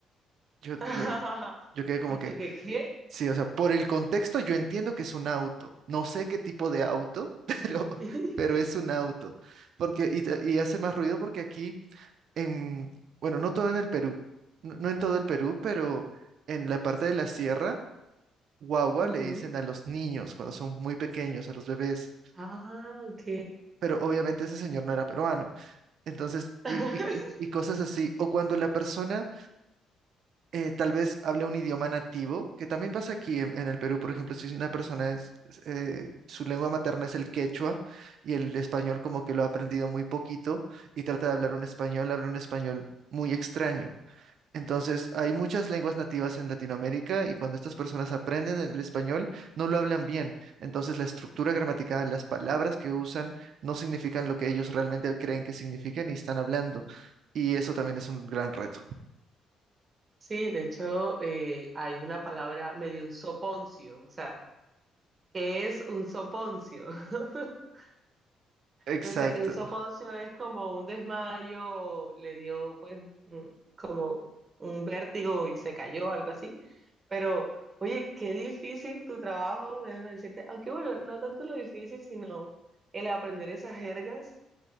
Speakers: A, on the right; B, on the right.
A: yo,
B: <laughs>
A: yo, yo quedé como
B: ¿Y
A: que,
B: tú qué qué?
A: sí, o sea, por el contexto yo entiendo que es un auto. No sé qué tipo de auto, <laughs> pero,
B: <laughs>
A: pero es un auto. Porque, y, te- y hace más ruido porque aquí, en, bueno, no todo en el Perú, no no en todo el Perú, pero en la parte de la sierra guagua
B: Ujú.
A: le dicen a los niños cuando son muy pequeños, a los bebés.
B: Ah, ok.
A: Pero obviamente ese señor no era peruano. Entonces,
B: <laughs>
A: y, y- y- y cosas así. O cuando la persona eh, tal vez habla un idioma nativo, que también pasa aquí en, en el Perú, por ejemplo, si una persona es, es, eh, su lengua materna es el quechua y el español como que lo ha aprendido muy poquito y trata de hablar un español, habla un español muy extraño. Entonces, hay muchas lenguas nativas en Latinoamérica y cuando estas personas aprenden el español, no lo hablan bien. Entonces, la estructura gramatical, las palabras que usan, no significan lo que ellos realmente creen que significan y están hablando. Y eso también es un gran reto.
B: Sí, de hecho, eh, hay una palabra medio un soponcio, o sea, ¿qué es un soponcio? <laughs>
A: Exacto.
B: Entonces, un soponcio es como un desmayo, le dio pues mm, como un vértigo y se cayó, algo así. Pero, oye, qué difícil tu trabajo, déjame decirte, aunque bueno, no tanto lo difícil, sino el aprender esas jergas.